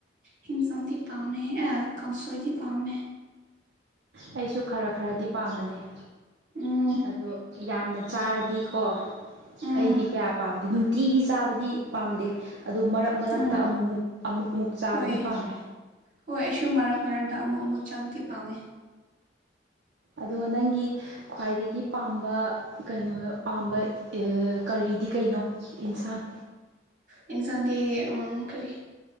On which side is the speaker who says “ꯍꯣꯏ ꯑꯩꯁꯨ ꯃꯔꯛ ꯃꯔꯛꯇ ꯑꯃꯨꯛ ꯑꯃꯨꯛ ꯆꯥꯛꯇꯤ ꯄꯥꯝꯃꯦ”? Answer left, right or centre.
Right